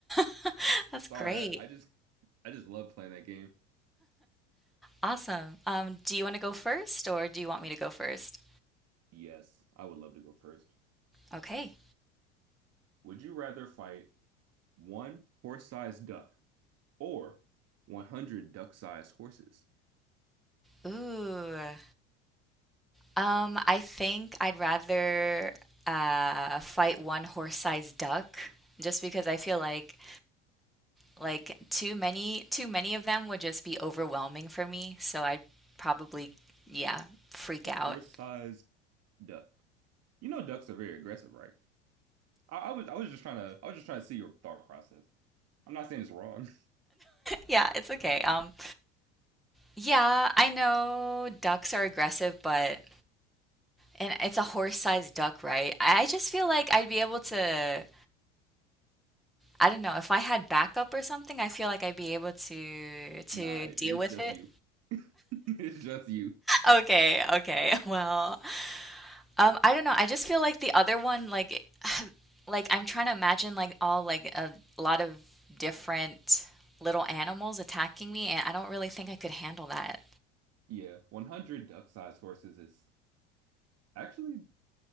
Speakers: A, in the centre; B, on the right.
A: <laughs> That's great.
B: Sorry, I, I just I just love playing that game.
A: Awesome. Um, do you want to go first or do you want me to go first?
B: Yes, I would love to go first.
A: Okay.
B: Would you rather fight one horse-sized duck or 100 duck-sized horses?
A: Ooh. Um, I think I'd rather uh fight one horse-sized duck just because I feel like Like too many too many of them would just be overwhelming for me, so I'd probably yeah, freak
B: A
A: out.
B: horse-sized
A: <laughs>
B: duck. You know ducks are very aggressive, right? I, I was I was just trying to I was just trying to see your thought process. I'm not saying it's wrong. <laughs>
A: Yeah, it's okay. Um yeah, I know ducks are aggressive, but and it's a horse-sized duck, right? I just feel like I'd be able to I don't know, if I had backup or something, I feel like I'd be able to to
B: Nah, it,
A: deal
B: it's
A: with
B: just
A: it.
B: you. <laughs> It's just you.
A: Okay, okay. <laughs> Well, um, I don't know. I just feel like the other one, like like I'm trying to imagine like all like a lot of different little animals attacking me, and I don't really think I could handle that.
B: Yeah, 100 duck-sized horses is actually